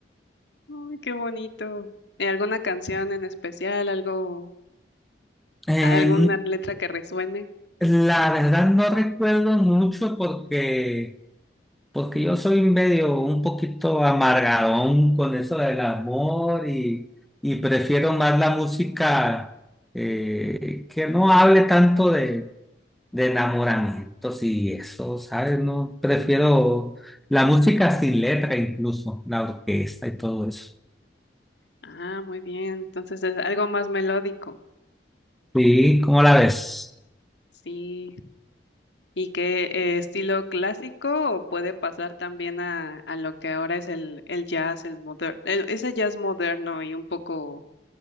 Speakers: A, on the left (about 85°); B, in the centre.
A: Ay, qué bonito. ¿Y alguna canción en especial, algo,
B: Eh,
A: alguna letra que resuene?
B: La verdad no recuerdo mucho porque, porque yo soy medio un poquito amargadón con eso del amor y, y prefiero más la música eh, que no hable tanto de, de enamoramientos y eso, ¿sabes? No, prefiero la música sin letra incluso, la orquesta y todo eso.
A: Ah, muy bien. Entonces es algo más melódico.
B: Sí, ¿cómo la ves?
A: Sí. ¿Y qué eh, estilo clásico o puede pasar también a, a lo que ahora es el, el jazz, el moderno, ese jazz moderno y un poco